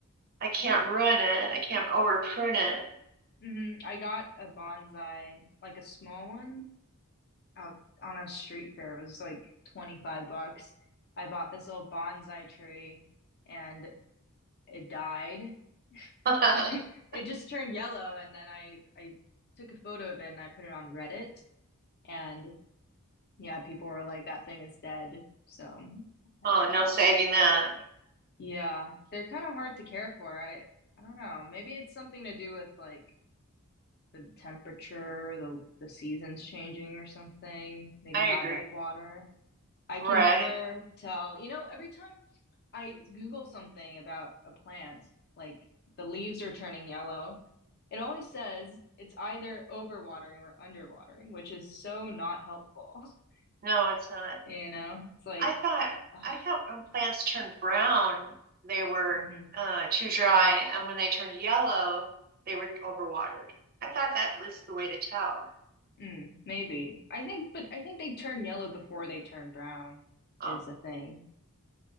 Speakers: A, on the right; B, on the left.
A: I can't ruin it. I can't over prune it.
B: hmm I got a bonsai, like a small one out on a street fair. It was like 25 bucks. I bought this old bonsai tree and it died. <laughs>
A: <laughs>
B: I, it just turned yellow, and then I I took a photo of it and I put it on Reddit, and yeah, people were like, "That thing is dead," so I
A: Oh,
B: had to toss
A: no saving
B: it.
A: that.
B: Yeah, they're kind of hard to care for. I I don't know. Maybe it's something to do with like the temperature, the the seasons changing or something. Maybe
A: I
B: not
A: agree.
B: enough water. I
A: Right.
B: can never tell. You know, every time I Google something about a plant, like the leaves are turning yellow. It always says it's either overwatering or underwatering, which is so not helpful. <laughs>
A: No, it's not.
B: You know, it's like,
A: I thought
B: ugh,
A: I thought when plants turned brown, they were
B: mhm,
A: uh, too dry, and when they turned yellow, they were overwatered. I thought that was the way to tell.
B: mm, maybe. I think, but I think they turn yellow before they turn brown
A: Um,
B: is the thing.